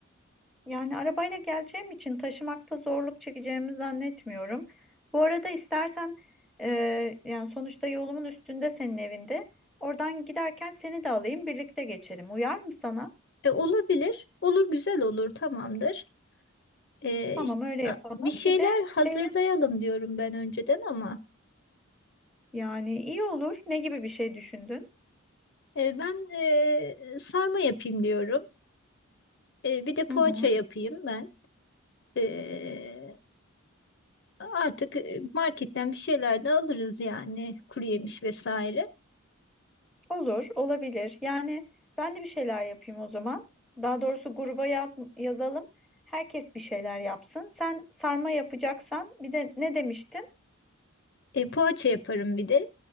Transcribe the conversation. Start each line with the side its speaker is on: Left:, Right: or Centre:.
Centre: Yani arabayla geleceğim için taşımakta zorluk çekeceğimi zannetmiyorum. Bu arada istersen e, yani sonuçta yolumun üstünde senin evinde. Oradan giderken seni de alayım, birlikte geçelim. Uyar mı sana?
Left: E, olabilir. Olur güzel olur tamamdır. E,
Centre: Tamam
Left: işte,
Centre: öyle yapalım.
Left: a- bir şeyler
Centre: Bir de
Left: hazırlayalım
Centre: şey
Left: diyorum ben önceden ama
Centre: yani iyi olur. Ne gibi bir şey düşündün?
Left: e, ben e, sarma yapayım diyorum. E, bir de poğaça
Centre: Hı hı.
Left: yapayım ben. E, artık e, marketten bir şeyler de alırız yani kuru yemiş vesaire.
Centre: Olur, olabilir. Yani ben de bir şeyler yapayım o zaman. Daha doğrusu gruba yaz, yazalım. Herkes bir şeyler yapsın. Sen sarma yapacaksan bir de ne demiştin?
Left: E, poğaça yaparım bir de.